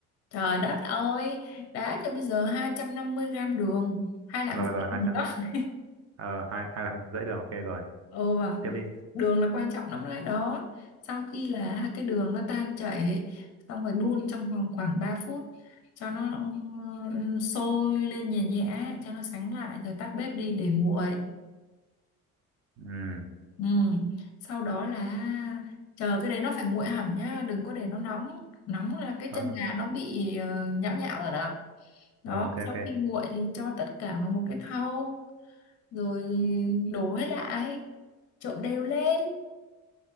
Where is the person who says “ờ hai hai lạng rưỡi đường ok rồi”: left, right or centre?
Right